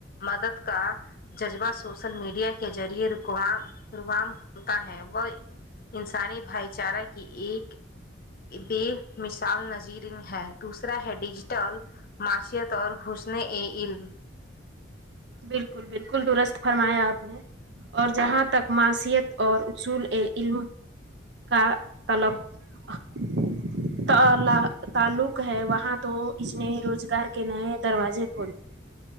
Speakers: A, on the left; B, on the right.
A: مدد کا جذبہ سوشل میڈیا کے ذریعے رکوام روام ہوتا ہے وہ انسانی بھائی چارہ کی ایک بے مثال نظیر ہے دوسرا ہے ڈیجیٹل معیشیت اور حسن ا علم
B: بالکل بالکل درست فرمایا آپ نے اور جہاں تک معاشیت اور اصول ایک علم کا طلب <unintelligible> تعلق ہے وہاں تو اس نے روزگار کے نئے دروازے کھولے